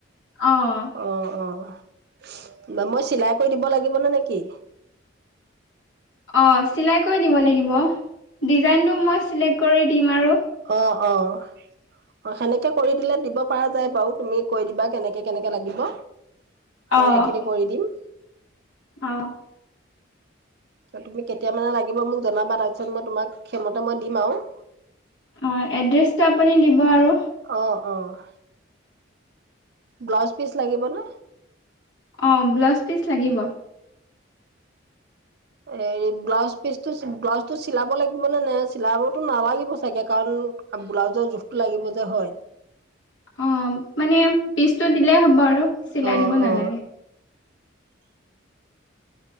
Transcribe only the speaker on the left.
অ'।
অ', চিলাই কৰি দিব লাগিব, ডিজাইনটো মই চিলেক্ট কৰি দিম আৰু।
অ',
অ'।
হয়, এড্ৰেছটো আপুনি দিব আৰু।
অ', ব্লাউজ পিচ লাগিব।
অ', মানে পিচটো দিলেই হ'ব আৰু, চিলাই
দিব নালাগে।